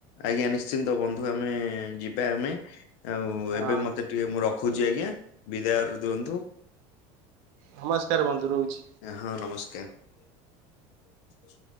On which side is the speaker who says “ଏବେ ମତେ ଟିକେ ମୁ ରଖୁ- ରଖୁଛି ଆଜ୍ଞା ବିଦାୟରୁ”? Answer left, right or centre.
Left